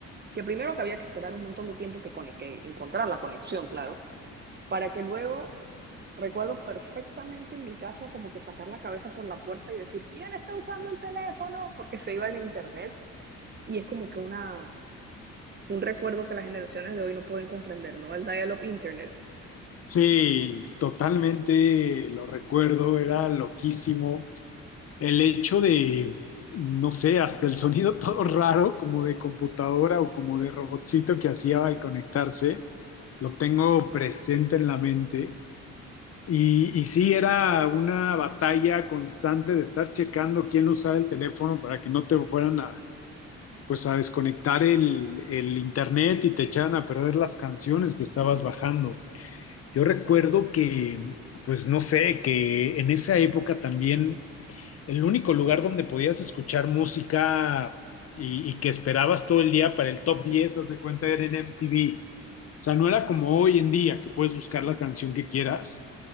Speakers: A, on the right (about 35°); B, on the left (about 50°).
A: que primero que había que esperar un montón de tiempo que, cone- que encontrar la conexión, claro, para que luego recuerdo perfectamente en mi casa como que sacar la cabeza por la puerta y decir, ¿quién está usando el teléfono? Porque se iba el internet y es como que una, un recuerdo que las generaciones de hoy no pueden comprender, ¿no? El dial-up internet.
B: Sí, totalmente lo recuerdo, era loquísimo. el hecho de, no sé, hasta el sonido <laughs> todo raro, como de computadora o como de robotcito que hacía al conectarse, lo tengo presente en la mente. Y, y sí, era una batalla constante de estar checando quién usaba el teléfono para que no te fueran a, pues a desconectar el, el internet y te echaran a perder las canciones que estabas bajando. Yo recuerdo que, pues no sé, que en esa época también el único lugar donde podías escuchar música y, y que esperabas todo el día para el top 10, haz de cuenta, era en MTV. O sea, no era como hoy en día que puedes buscar la canción que quieras.